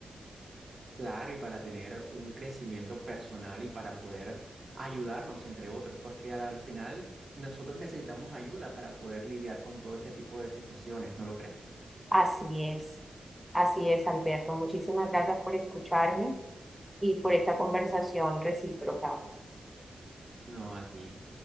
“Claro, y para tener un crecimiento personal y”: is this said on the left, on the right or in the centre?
Right